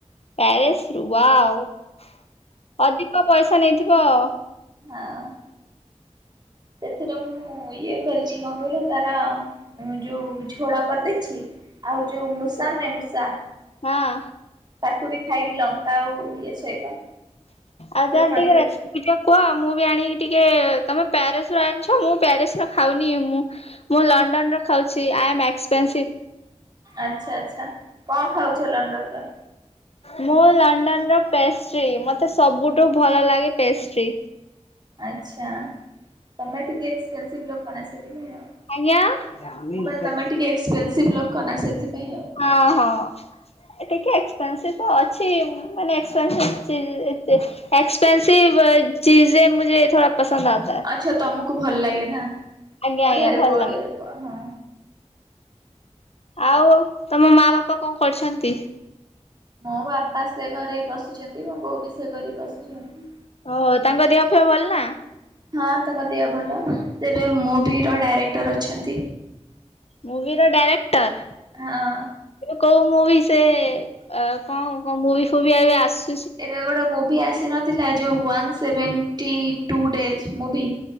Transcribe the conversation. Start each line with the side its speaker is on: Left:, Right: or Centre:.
Left: ପ୍ୟାରିସ ରୁ ୱା ଅଧିକ ପଇସା ନେଇଥିବ ଆଉ।
Right: ଆଉଁ ସେଥିରେ ମୁଁ ଇଏ କରିଛି କଣ କହିଲ ତାର ଯୋଉ ଝୋଳ କରିଦେଇଛି ଆଉ ଯୋଉ ମୂଷା ନୁହେଁ ମୂଷା
Left: ହଁ
Right: ତାକୁ ବି ଖାଇବି ଲଙ୍କା ଆଉ ଇଏ ସହିତ।
Left: ଆଜାନ
Right: ଚଟଣି
Left: ଟିଗ୍ରେ
Right: କରିଛି।
Left: ଟିକେ କୁହ ମୁଁ ବି ଆଣିକି ଟିକେ ତମେ ପ୍ୟାରିସ ରୁ ଆଣିଛ ମୁଁ ପ୍ୟାରିସର ଖାଉନି ମୁଁ ମୁଁ ଲଣ୍ଡନ ର ଖାଉଛି ଆଇ ଆମ ଏକ୍ସପେନ୍ସିଭ।
Right: ଆଚ୍ଛା ଆଚ୍ଛା କଣ ଖାଉଛ ଲଣ୍ଡନ ର?
Left: ମୁଁ ଲଣ୍ଡନର ପେଷ୍ଟ୍ରି ମୋତେ ସବୁଠୁ ଭଲ ଲାଗେ ପେଷ୍ଟ୍ରି।
Right: ଆଚ୍ଛା ତମେ ଟିକେ ଏକ୍ସପେନ୍ସିଭ୍ ଲୋକ ନା ସେଥିପାଇଁ ଆଉ।
Left: ଆଜ୍ଞା ଜାଓମିନ୍
Right: ମୁଁ କହିଲି
Left: କରିଚି।
Right: ତମେ ଟିକେ ଏକ୍ସପେନସିଭ ଲୋକ ନା ସେଥିପାଇଁ ଆଉ।
Left: ହଁ ହଁ ଟିକେ ଏକ୍ସପେନସିଭ ଅଛି ମାନେ ଏକ୍ପେପେନ୍ସିଭ ଚି ଏକ୍ସପେସିଭ ଚିଜେ ମୁଝେ ଥଡା ପସନ୍ଦ ଆତାଏ।
Right: ଆଚ୍ଛା ତମକୁ ଭଲ ଲାଗେ ନା
Left: ଆଜ୍ଞା
Right: ଓଡିଆରେ
Left: ଆଜ୍ଞା ଭଲ
Right: କୁହ ଓଡିଆରେ
Left: ଲାଗେ
Right: କୁହ ହଁ।
Left: ଆଉ ତମ ମା ବାପା କଣ କରଛନ୍ତି?
Right: ମୋ ବାପା ସେ ଘରେ ବସିଛନ୍ତି ମୋ ବୋଉ ବି ସେ ଘରେ ବସିଛନ୍ତି
Left: ଓହୋ ତାଙ୍କ ଦେହ ଫୁହ ଭଲ ନା?
Right: ହଁ ତାଙ୍କ ଦେହ ଭଲ ତେବେ ମୁଭି ର ଡାଇରେକ୍ଟର ଅଛନ୍ତି।
Left: ମୁଭିର ଡାଇରେକ୍ଟର
Right: ହଁ
Left: କହୁ ମୁଁ ଭି ସେ ଅ କଣ କଣ ମୁ ଭି ଫୁଭି ଏବେ ଆସୁ
Right: ଏବେ ଗୋଟେ ମୁଭି ଆସିନଥିଲା ଯୋଉ one seventy two days movie.